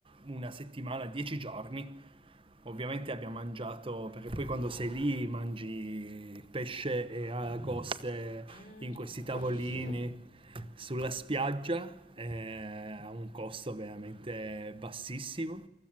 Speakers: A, on the right; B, on the left.
A: una settimana, dieci giorni. Ovviamente abbiamo mangiato, perché poi quando sei lì mangi pesce e aragoste
B: Mm,
A: in
B: che
A: questi
B: meraviglia.
A: tavolini sulla spiaggia eh, a un costo veramente bassissimo